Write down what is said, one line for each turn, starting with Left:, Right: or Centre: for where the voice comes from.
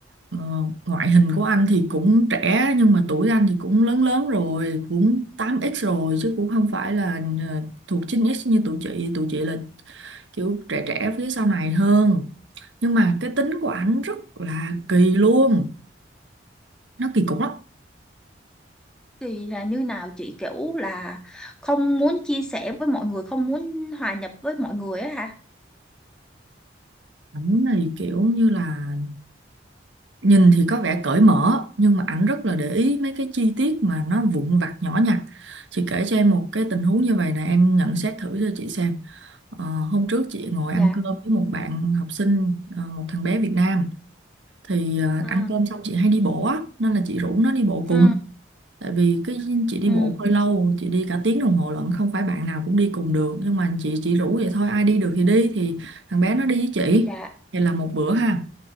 Right: ờ, ngoại hình của anh thì cũng trẻ nhưng mà tuổi anh thì cũng lớn lớn rồi cũng 8x rồi chứ cũng không phải là ờ, thuộc 9x như tụi chị tụi chị là kiểu trẻ trẻ phía sau này hơn nhưng mà cái tính của ảnh rất là kỳ luôn nó kỳ cục lắm
Centre: Thì là như nào chị kiểu là không muốn chia sẻ với mọi người, không muốn hòa nhập với mọi người á hả?
Right: ảnh này kiểu như là nhìn thì có vẻ cởi mở nhưng mà ảnh rất là để ý mấy cái chi tiết mà nó vụn vặt nhỏ nhặt chị kể cho em một cái tình huống như vậy nè em nhận xét thử cho chị xem Ờ, hôm trước chị ngồi
Centre: Dạ.
Right: ăn cơm với một bạn học sinh, ờ, một thằng bé Việt Nam thì ờ,
Centre: Ừ.
Right: ăn cơm xong chị hay đi bộ á nên là chị rủ nó đi bộ cùng.
Centre: Ừ.
Right: Tại vì cái chị đi
Centre: Ừ,
Right: bộ hơi lâu, chị đi cả tiếng đồng hồ lận, không phải bạn nào cũng đi cùng được nhưng mà chị chỉ rủ vậy thôi, ai đi được thì đi thì thằng bé nó đi với chị.
Centre: dạ
Right: Vậy là một bữa ha.